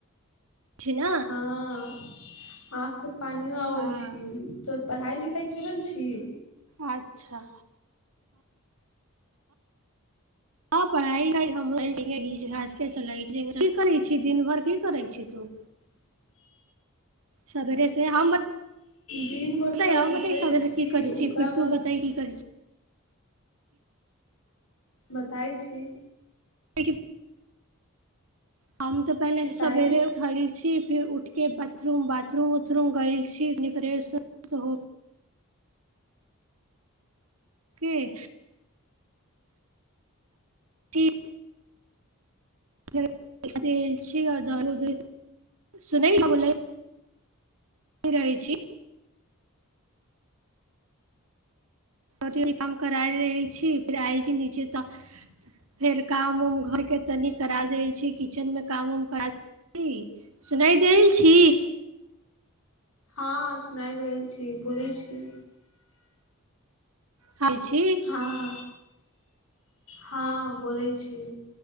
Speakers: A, on the right (about 80°); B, on the left (about 75°).
A: छै ना।
B: हां आंख से पानियो आओल
A: हँ
B: छी। तोहर पढ़ाई-लिखाई चलल छी।
A: अच्छा। हां पढ़ाई-लिखाई हम <unintelligible> ठीके घीच-घाच के चलै छी, की करै छी दिन भर की करै छी तू।
B: <inaudible>
A: सबेरे से हम बतैयो
B: दिन भर तऽ
A: हम
B: उठल
A: बतैयो सबेरे
B: छी
A: से की करै
B: ओकरा
A: छी फिर
B: बाद
A: तू बताई की करै छी।
B: बताई छी।
A: <unintelligible> हम तऽ पहले
B: बताइ
A: सबेरे उठल छी, फिर उठके बाथरूम बाथरूम-उथरूम गेल छी तनी फ्रेश-उरेश हो के टी फेर देल छीयो <unintelligible> सुनै का बोललै। रहै छी। <unintelligible> काम करा देल छी फेर आएल छी नीचे तऽ फेर काम-उम घर के तनी करा देल छी, किचेन मे काम-उम करा ई सुनाय देल छी।
B: हां सुनाय देल छी, बोली छी।
A: खाय छी।
B: हां, हां बोलै छी।